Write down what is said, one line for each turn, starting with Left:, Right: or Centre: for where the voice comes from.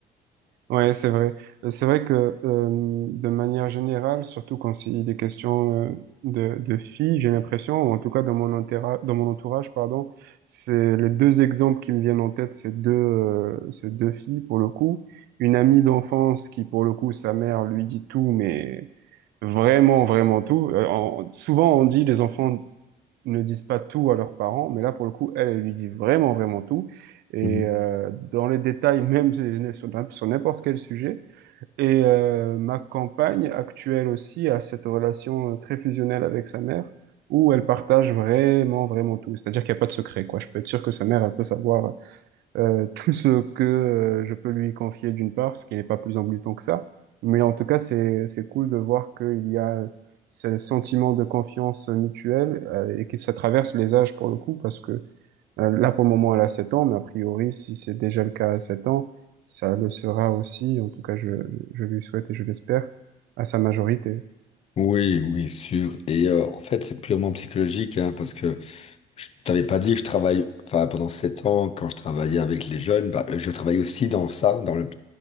Right: Ouais, c'est vrai. Euh, C'est vrai que euh, de manière générale, surtout quand il est question euh, de, de filles, j'ai l'impression, ou en tout cas dans mon entourage, dans mon entourage, pardon, c'est les deux exemples qui me viennent en tête, c'est deux, euh, c'est deux filles pour le coup. Une amie d'enfance qui pour le coup, sa mère lui dit tout, mais vraiment, vraiment tout. Euh, en- souvent on dit les enfants ne disent pas tout à leurs parents, mais là, pour le coup, elle, elle lui dit vraiment, vraiment tout. Et
Left: Mhm.
Right: euh, dans les détails, <laughs> même sur sur- sur n'importe quel sujet. Et euh, ma compagne actuelle aussi a cette relation euh, très fusionnelle avec sa mère, où elle partage vraiment, vraiment tout. C'est-à-dire qu'il n'y a pas de secret, quoi. Je peux être sûr que sa mère, elle peut savoir euh, <laughs> tout ce que euh, je peux lui confier d'une part, ce qui n'est pas plus embêtant que ça. Mais en tout cas, c'est c'est cool de voir qu'il y a ce sentiment de confiance mutuelle euh, et que ça traverse les âges pour le coup, parce que euh, Là, pour le moment, elle a sept ans, mais a priori, si c'est déjà le cas à 7 ans, ça le sera aussi, en tout cas, je, je lui souhaite et je l'espère, à sa majorité.
Left: Oui, oui, sûr. Et euh, en fait, c'est purement psychologique, hein, parce que je t'avais pas dit, je travaille, enfin, pendant sept ans, quand je travaillais avec les jeunes, bah, je travaille aussi dans ça, dans le,